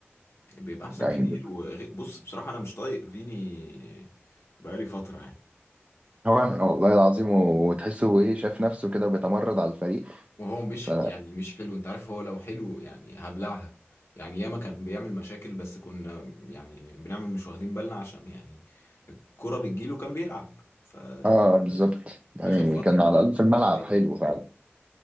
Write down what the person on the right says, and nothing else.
يعني
هو أنا- والله العظيم و- وتحسه هو ايه شاف نفسه كده بيتمرد على الفريق
ف
اه بالظبط يعني
كان على الاقل في الملعب
حلو فعلا